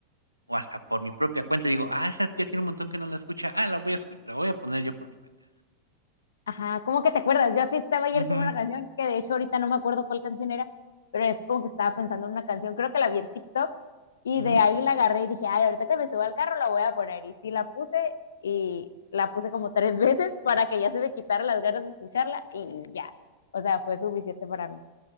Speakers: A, on the right; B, on the left.
A: o hasta por mi propia cuenta digo: "Ah, esa tía tiene un montón que no la escucha, ah, la voy a escu la voy a poner yo por mi cuenta".
B: Ajá, ¿cómo que te acuerdas? Yo así estaba ayer
A: Ujú,
B: con una canción que de hecho ahorita no me acuerdo cuál canción era, pero es como que estaba pensando en una canción, creo que la vi en TikTok y
A: ujú.
B: de ahí la agarré y dije, ay, ahorita que me suba al carro la voy a poner. Y sí la puse y la puse como tres <laughs> veces para que ya se me quitaran las ganas de escucharla y ya, o sea, fue suficiente para mí.